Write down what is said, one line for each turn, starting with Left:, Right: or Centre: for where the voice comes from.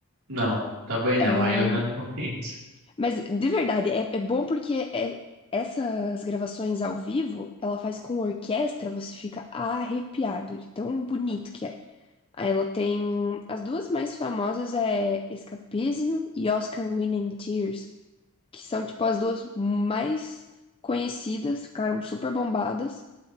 Right: não, também não.
Left: Ela.
Right: Aí eu já não <laughs> conheço.
Left: Mas de verdade, é, é bom porque é- essas gravações ao vivo, ela faz com orquestra, você fica arrepiado de tão bonito que é. Aí Ela tem as duas mais famosas é Escapismo e Oscar Winning Tears, que são tipo as duas mais conhecidas, ficaram super bombadas